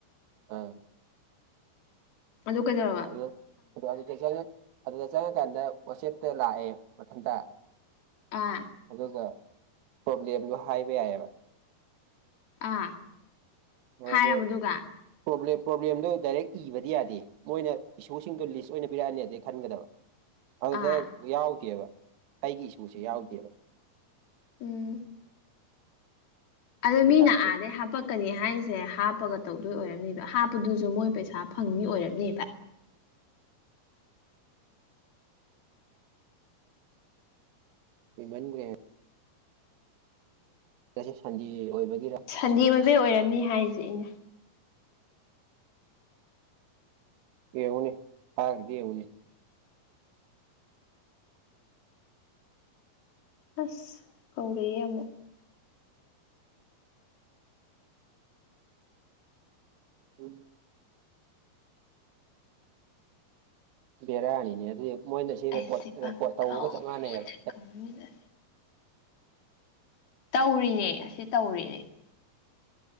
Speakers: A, on the right; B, on the left.
A: ꯑꯥ
B: ꯑꯗꯨ ꯀꯩꯗꯧꯔ
A: ꯑꯗꯨꯗ ꯑꯗꯨꯗ ꯆꯪꯉ ꯑꯗꯨꯗ ꯆꯪꯉꯀꯥꯟꯗ ꯋꯥꯆꯦꯞꯇ ꯂꯥꯛꯑꯦ ꯃꯊꯟꯇ
B: ꯑ
A: ꯑꯗꯨꯒ ꯄ꯭ꯔꯣꯕ꯭ꯂꯦꯝꯗꯣ ꯍꯥꯏꯕ ꯌꯥꯏꯑꯦꯕ
B: ꯑꯥ ꯍꯥꯏꯔꯕꯗꯨꯒ
A: ꯑꯗꯥ ꯄ꯭ꯔꯦꯕ꯭ꯂꯦꯝ ꯄ꯭ꯔꯣꯕ꯭ꯂꯦꯝꯗꯣ ꯗꯥꯏꯔꯦꯛ ꯏꯕꯗꯤ ꯌꯥꯗꯦ ꯃꯣꯏꯅ ꯏꯁꯁꯨꯁꯤꯡꯗꯨ ꯂꯤꯁ ꯑꯣꯏꯅ ꯄꯤꯔꯛꯑꯅꯤ ꯑꯗꯩ ꯈꯟꯒꯗꯕ ꯑꯗꯨꯗ
B: ꯑꯥ
A: ꯌꯥꯎꯗꯦꯕ ꯑꯩꯒꯤ ꯏꯁꯨꯁꯦ
B: ꯎꯝ
A: ꯌꯥꯎꯗꯦꯕ
B: ꯎꯝ ꯑꯗꯨ
A: ꯑꯩ
B: ꯃꯤꯅ
A: ꯊꯥꯔꯛꯀꯦ
B: ꯑꯥꯗꯩ ꯍꯥꯄꯛ ꯀꯅꯤ ꯍꯥꯏꯁꯦ ꯍꯥꯞꯄꯒ ꯇꯧꯗꯣꯏ ꯑꯣꯏꯔꯝꯅꯦꯕ ꯍꯥꯞꯄꯗꯨꯁꯨ ꯃꯣꯏ ꯄꯩꯁꯥ ꯐꯪꯅꯤ ꯑꯣꯏꯔꯝꯅꯤꯕ
A: ꯀꯨꯏꯃꯟꯒ꯭ꯔꯦ ꯉꯁꯤ ꯁꯟꯗꯦ ꯑꯣꯏꯕꯒꯤꯔ
B: ꯁꯟꯗꯦ ꯑꯣꯏꯕꯩ ꯑꯣꯏꯔꯝꯅꯤ ꯍꯥꯏꯁꯦ ꯑꯩꯅ
A: ꯌꯦꯡꯉꯨꯅꯤ ꯊꯥꯒꯤꯗꯨ ꯌꯦꯡꯉꯨꯅꯦ
B: ꯑꯁ ꯀꯧꯔꯛꯑꯦ ꯑꯃꯨꯛ
A: ꯎꯝ ꯕꯦꯔꯥꯅꯤꯅꯦ ꯑꯗꯨꯗꯤ ꯃꯣꯏꯅ ꯁꯤ
B: ꯑꯩꯁꯦ
A: ꯔꯦꯀꯣꯔꯠ
B: ꯄꯪꯀꯧꯗ
A: ꯔꯦꯀꯣꯔꯠ ꯇꯧꯕꯒ ꯆꯞ ꯃꯥꯟꯅꯩꯑꯕ
B: ꯀꯧꯅꯤꯗ ꯇꯧꯔꯤꯅꯦ ꯑꯁꯤ ꯇꯧꯔꯤꯅꯦ